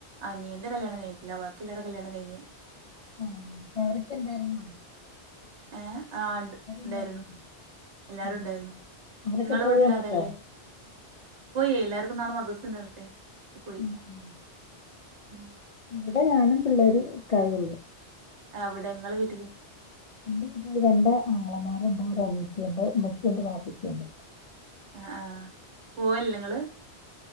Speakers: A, on the right; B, on the left.
A: അനിയന്റെ കല്യാണം കഴിഞ്ഞിട്ട്ല്ല. ബാക്കി എല്ലാരെ കല്യാണം കഴിഞ്ഞു.
B: ആഹ് അ അവരൊക്കെ ഇണ്ടായിരുന്നോ.
A: ഏഹ് ആ ഇണ്ട് ഇണ്ടായിരുന്നു.
B: ഉണ്ടായിരുന്നോ
A: എല്ലാരും
B: ഉം
A: ഇണ്ടായിരുന്നു.
B: അവരൊക്കെ
A: ഇങ്ങളെ
B: പോയോ
A: വീട്ടില്
B: എന്നിട്ട്
A: ആരാള്ളെ പോയേ എല്ലാർക്കും നാളെ മദസണ്ടറ്ഞ്ഞ്ട്ടെ പോയി
B: ആഹ് ആഹ്
A: ഉം
B: ഇവിടെ ഞാനും പിള്ളേരും ഇക്കായും ഒള്ളു.
A: എവിടെ ഇങ്ങളെ വിട്ടില്
B: എന്റെ വീട്ടില് രണ്ട് ആംഗളമാരും ഇണ്ട്. ഒരനിയത്തീണ്ട്. ഇമ്മച്ചീണ്ട് വാപ്പച്ചീണ്ട്.
A: അ ആ പോവല്ലെ ഇങ്ങള്